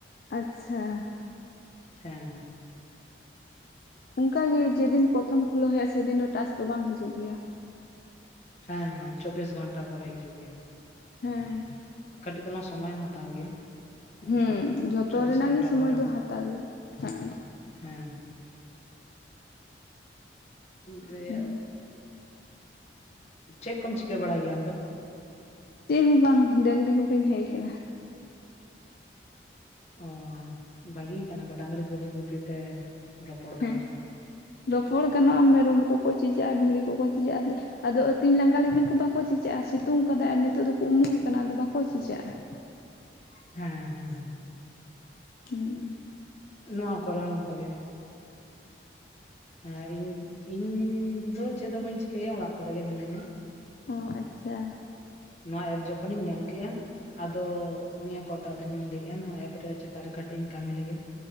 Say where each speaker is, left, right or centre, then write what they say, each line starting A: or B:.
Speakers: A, on the left; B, on the left.
A: ᱟᱪᱪᱷᱟ᱾
B: ᱦᱮᱸ ᱦᱮᱸ᱾
A: ᱚᱱᱠᱟᱜᱮ ᱡᱮᱫᱤᱱ ᱯᱨᱚᱛᱷᱚᱢ ᱠᱷᱩᱞᱟᱹᱣ ᱦᱩᱭᱩᱜᱼᱟ᱾ ᱥᱮᱫᱤᱱ ᱫᱚ ᱴᱟᱥ ᱫᱚ ᱵᱟᱝ ᱦᱤᱡᱩᱜ ᱜᱮᱭᱟ᱾
B: ᱦᱮᱸ, ᱦᱮᱸ, ᱪᱚᱵᱽᱵᱤᱥ ᱜᱷᱚᱱᱴᱟ ᱯᱚᱨᱮ, ᱦᱤᱡᱩᱼᱜ ᱜᱮᱭᱟ᱾
A: ᱦᱮᱸ᱾
B: ᱠᱟᱹᱴᱤᱡ ᱛᱟᱞᱟᱝ ᱥᱚᱢᱚ-ᱭ ᱦᱚᱸ ᱦᱟᱛᱟᱣ ᱜᱮᱭᱟ᱾ ᱚᱱᱟ
A: ᱦᱩᱸ ᱡᱷᱚᱛᱚ
B: ᱪᱚᱵᱵᱤᱥ
A: ᱨᱮᱱᱟ-ᱜ
B: ᱜᱷᱚᱱᱴᱟ
A: ᱜᱮ, ᱥᱚᱢᱚᱭ
B: ᱯᱚᱨᱮ
A: ᱫᱚ
B: ᱦᱚᱸ
A: ᱦᱟᱛᱟ-ᱜ ᱜᱮᱭᱟ᱾ ᱦᱮᱸ
B: ᱦᱮᱸ ᱦᱮᱸ᱾ ᱫᱮᱭᱟ-ᱜ
A: ᱦᱮᱸ
B: ᱪᱮᱫ ᱠᱚᱢ ᱪᱤᱠᱟᱹ ᱵᱟᱲᱟᱭ ᱜᱮᱭᱟ ᱟᱢᱫᱚ?
A: ᱪᱮᱜ ᱦᱚᱸ ᱵᱟᱝ ᱰᱟᱹᱝᱨᱤ ᱜᱩᱯᱤᱧ ᱦᱮᱡ ᱟᱠᱟᱱᱟ᱾
B: ᱚᱸ ᱵᱷᱟᱜᱤ ᱠᱟᱱᱟ ᱛᱚ ᱰᱟᱹᱝᱨᱤ ᱜᱩᱯᱤ ᱜᱩᱯᱤ ᱛᱮ ᱨᱚᱯᱚᱲ
A: ᱦᱮᱸ
B: ᱜᱟᱱᱚᱜ-ᱟ᱾
A: ᱨᱚᱯᱚᱲ ᱜᱟᱱᱚᱜ-ᱟ ᱢᱮᱨᱚᱢ ᱠᱚ ᱠᱚ ᱪᱤᱪᱟᱜ-ᱟ, ᱵᱷᱤᱲᱤ ᱠᱚ ᱠᱚ ᱪᱤᱪᱟᱜ-ᱟ᱾ ᱟᱫᱚ ᱟᱹᱛᱤᱧ ᱞᱟᱸᱜᱟ ᱞᱮᱱᱠᱷᱟᱱ ᱠᱚ ᱵᱟᱠᱚ ᱪᱮᱪᱟᱜ-ᱟ, ᱥᱤᱛᱩᱝ ᱠᱟᱫᱟᱭ ᱟᱨ ᱱᱤᱛᱚᱜ ᱫᱚ ᱠᱚ ᱩᱢᱩᱞ ᱠᱟᱱᱟ, ᱟᱫᱚ ᱵᱟᱠᱚ ᱪᱮᱪᱟᱜ-ᱟ ᱾
B: ᱦᱮᱸ ᱦᱮᱸ ᱦᱮᱸ
A: ᱦᱩᱸ
B: ᱱᱚᱣᱟ ᱠᱚᱨᱮ ᱦᱚᱸ ᱱᱚᱝᱠᱟ ᱜᱮ᱾ ᱦᱮᱸ ᱤᱧ ᱤᱧ ᱫᱚ ᱪᱮᱫ ᱫᱚ ᱵᱟᱹᱧ ᱪᱤᱠᱟᱭᱟ ᱚᱲᱟᱜ ᱠᱚᱨᱮ ᱜᱮ ᱢᱤᱱᱟᱹᱧᱟ᱾
A: ᱚᱸ ᱟᱪᱪᱷᱟ᱾
B: ᱱᱚᱣᱟ ᱮᱯ ᱡᱚᱠᱷᱚᱱᱤᱧ ᱧᱮᱞ ᱠᱮᱜᱼᱟ, ᱟᱫᱚ ᱱᱤᱭᱟᱹ ᱠᱚᱴᱟ ᱫᱤᱱᱤᱧ ᱞᱟᱹᱭᱮᱜ-ᱟ ᱱᱚᱣᱟ ᱮᱯ ᱨᱮ ᱪᱮᱛᱟᱱ ᱨᱮ ᱠᱟᱹᱴᱤᱡ ᱤᱧ ᱠᱟᱹᱢᱤ ᱞᱮᱜᱮ᱾